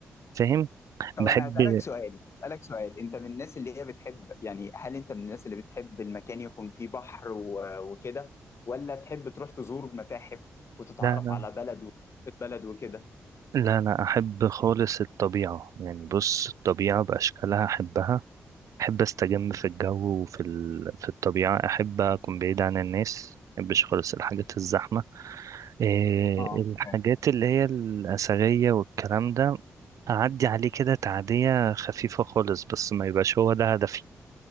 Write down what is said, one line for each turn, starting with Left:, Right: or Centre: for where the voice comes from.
Right: فاهم
Left: طب
Right: بحب
Left: انا هسألك سؤال هسألك سؤال انت من الناس اللي هي بتحب يعني هل انت من الناس اللي بتحب المكان يكون فيه بحر و- وكده ولا تحب تروح تزور متاحف وتتعرف
Right: لا لا
Left: على بلد وثقافة بلد وكده
Right: لا لا احب خالص الطبيعه يعني بص الطبيعه باشكالها احبها أحب أستجم في الجو وفي ال... في الطبيعة أحب أكون بعيد عن الناس مبحبش خالص الحاجات الزحمة إيه
Left: اه
Right: الحاجات
Left: فاهم
Right: اللي هي الأثرية والكلام ده أعدي عليه كده تعدية خفيفة خالص بس ما يبقاش هو ده هدفي